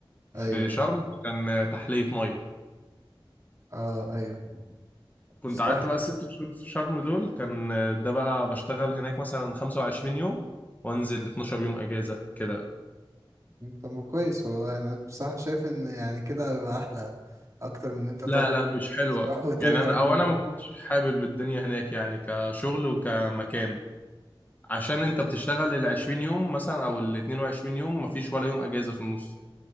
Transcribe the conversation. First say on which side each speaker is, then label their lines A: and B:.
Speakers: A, on the left (about 20°); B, on the right (about 35°).
A: في
B: ايوه
A: شرم كان تحليه ميه
B: اه ايوه
A: كنت
B: بصراحه
A: قعدت بقى الست شهور في شرم دول كان ده بقى بشتغل هناك مثلا 25 يوم وانزل 12 يوم اجازه كده
B: أمم، طب ما كويس والله يعني انا بصراحه شايف ان يعني كده بيبقى احلى اكتر من ان انت تقعد
A: لا لا مش حلوه
B: تروح وترجع
A: يعني انا
B: كل
A: او انا ما كنتش حابب الدنيا هناك يعني كشغل وكمكان عشان انت بتشتغل ال 20 يوم مثلا او ال 22 يوم مفيش ولا يوم اجازة في النص